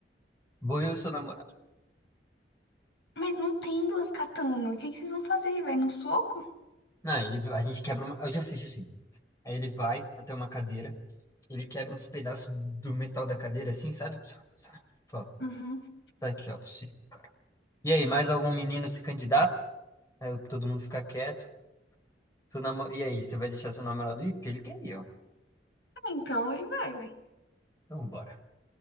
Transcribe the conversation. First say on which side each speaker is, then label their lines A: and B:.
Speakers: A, on the left; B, on the left.
A: Vou eu e seu namorado.
B: Mas não tem duas katanas. O que que vocês vão fazer? Vai no soco?
A: Não, ele, a gente quebra uma. Eu já assisti assim. Aí ele vai até uma cadeira, ele quebra uns pedaços do metal da cadeira, assim, sabe? Tsa, tsa. Fala,
B: Uhum.
A: tá aqui, ó, pra você. E aí, mais algum menino se candidata? Aí todo mundo fica quieto. Seu namo- E aí, você vai deixar seu namorado ir? Porque ele quer ir, ó.
B: Então ele vai, vai.
A: Então, bora.